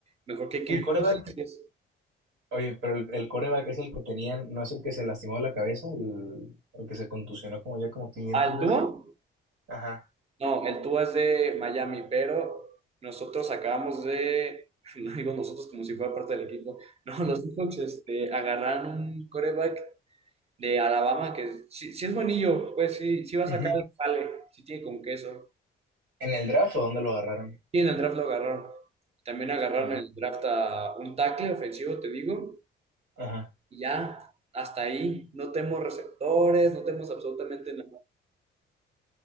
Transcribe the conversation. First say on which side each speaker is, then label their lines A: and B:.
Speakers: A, on the right; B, on the right.
A: mejor que Kirk
B: El coreback,
A: Cousins.
B: oye, pero el, el coreback es el que tenían, ¿no es el que se lastimó la cabeza? El, el que se contusionó como ya como 500
A: Ah, ¿el
B: veces.
A: Tua?
B: Ajá.
A: No, el Tua es de Miami, pero nosotros acabamos de, <laughs> no digo nosotros como si fuera parte del equipo, no, los Seahawks este, agarraron un coreback de Alabama, que si, si es buenillo, pues sí, sí va a sacar
B: Ujú.
A: el jale, si tiene con queso.
B: ¿En el draft o dónde lo agarraron?
A: Y en el draft lo agarraron. También agarraron
B: Ah,
A: en el draft a un tackle ofensivo, te digo,
B: Ajá.
A: y ya, hasta ahí. No tenemos receptores, no tenemos absolutamente nada.